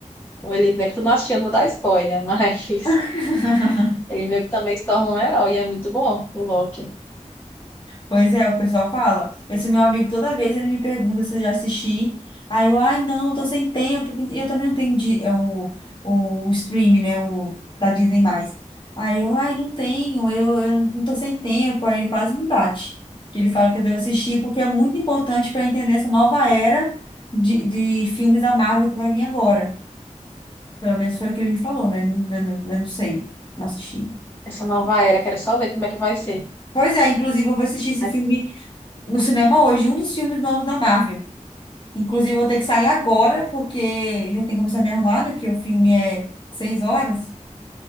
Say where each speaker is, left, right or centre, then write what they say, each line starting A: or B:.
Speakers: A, on the left; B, on the left.
A: ele é que tu não assistiu, não vou dar spoiler, mas <laughs>
B: <laughs>
A: ele meio que também se torna um herói, e é muito bom o Loki.
B: Pois é, o pessoal fala. Esse meu amigo, toda vez ele me pergunta se eu já assisti. Aí eu, ai, não, eu tô sem tempo. E Eu também não tenho di- é, o, o stream, né? O da Disney+. Aí eu, ai, não tenho, eu, eu não tô sem tempo. Aí ele quase me bate. Que Ele fala que eu devo assistir, porque é muito importante para entender essa nova era de, de filmes da Marvel que vai vir agora. Pelo menos foi o que ele me falou, né? Eu, não eu não sei, não assisti.
A: Essa nova era, quero só ver como é que vai ser.
B: Pois é, inclusive eu vou assistir esse
A: Mas,
B: filme no cinema hoje, um dos filmes novos da Marvel. Inclusive, eu vou ter que sair agora, porque já tenho que começar a me arrumar, né? Porque o filme é seis horas.